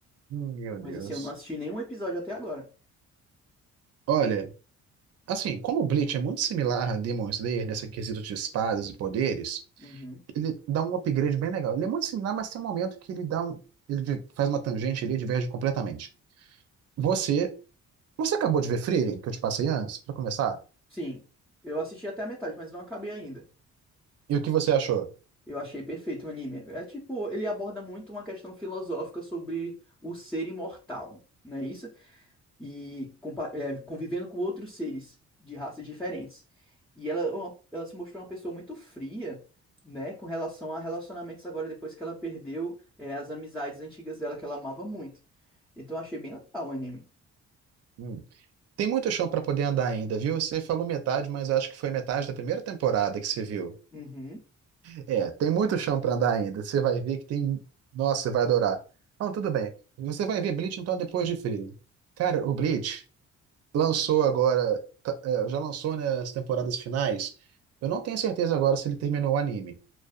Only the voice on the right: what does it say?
Meu Deus.
Olha. Assim, como o Bleach é muito similar a Demon Slayer nesse quesito de espadas e poderes,
ele dá um upgrade bem legal. Ele é muito similar, mas tem um momento que ele dá um, ele di- faz uma tangente ali e diverge completamente. Você, você acabou de ver Frieren, que eu te passei antes, pra começar?
E o que você achou?
Hum. Tem muito chão pra poder andar ainda, viu? Você falou metade, mas acho que foi metade da primeira temporada que você viu.
É, tem muito chão pra andar ainda. Você vai ver que tem. Nossa, você vai adorar. Não, tudo bem. Você vai ver Bleach então depois de Frieren. Cara, o Bleach. lançou agora, tá, é, já lançou, né, as temporadas finais. Eu não tenho certeza agora se ele terminou o anime,